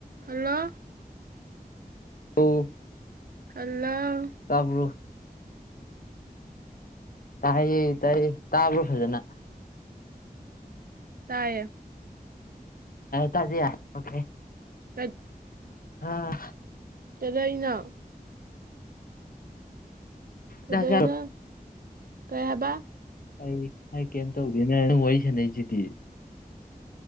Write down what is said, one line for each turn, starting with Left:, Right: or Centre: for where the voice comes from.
Right: hello
Left: ꯑꯣ
Right: hello
Left: ꯇꯥꯕ꯭ꯔꯣ ꯇꯥꯏꯌꯦ ꯇꯥꯏꯌꯦ ꯇꯥꯕ꯭ꯔꯣ ꯐꯖꯅ
Right: ꯇꯥꯏꯌꯦ
Left: ꯇꯥꯖꯌꯥ ꯑꯣꯈꯦ
Right: ꯀꯠ
Left: ꯑ
Right: ꯀꯩꯗꯣꯏꯅꯣ ꯀꯗꯣꯏꯅꯣ
Left: ꯆꯥꯛ ꯆꯥꯔꯣ
Right: ꯀꯩ ꯍꯥꯏꯕ
Left: ꯑꯩ ꯑꯩ ꯀꯩꯝ ꯇꯧꯗꯦ ꯅꯪ ꯋꯥꯔꯤ ꯁꯥꯟꯅꯩꯁꯤꯗꯤ